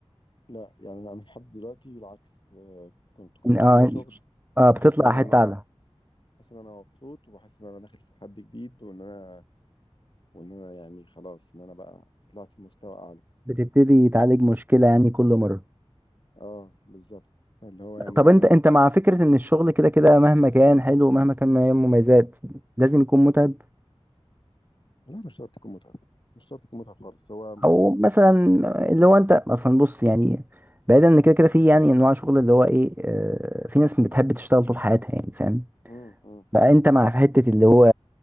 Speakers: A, on the left (about 50°); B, on the right (about 15°).
A: لا يعني انا لحد دلوقتي بالعكس آه، كنت كل
B: إن-
A: ما بسيب
B: اه
A: شغل
B: اه بتطلع
A: بحس ان انا
B: حتة
A: اه
B: اعلى
A: بحس ان انا مبسوط وبحس ان انا داخل في تحدي جديد وان انا وان انا يعني خلاص ان انا بقى طلعت لمستوى اعلى
B: بتبتدي تعالج مشكلة يعني كل مرة
A: اه بالظبط اللي هو يعني
B: طب
A: انا
B: انت انت مع فكرة ان الشغل كده كده مهما كان حلو ومهما كان من مميزات لازم يكون متعب
A: لا مش شرط يكون متعب مش شرط يكون متعب خالص هو
B: او مثلا اللي هو انت اصلا بص يعني بعيدا ان كده كده في يعني انواع شغل اللي هو ايه اه، في ناس بتحب تشتغل طول حياتها يعني فاهم
A: مم مم
B: فانت مع في حتة اللي هو